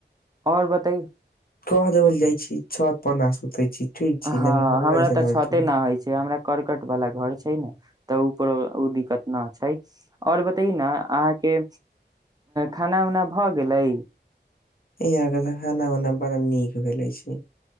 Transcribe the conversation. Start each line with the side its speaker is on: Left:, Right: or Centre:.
Right: और बते
Left: कह देबल जाइ छी, छत पना सूतै छी। ठीक छी
Right: हँ
Left: ने
Right: हमरा
Left: ऐसन
Right: तऽ
Left: होल
Right: छते नहि होइ छै। हमरा करर्कट वाला घर छै ने तऽ उ पर ओ दिक्कत न छै। आओर बतयो ने अहाँके खाना-उना भऽ गेलै?
Left: ईहाँ के तऽ खाना-ओना बड़ा नीक भेलै छी।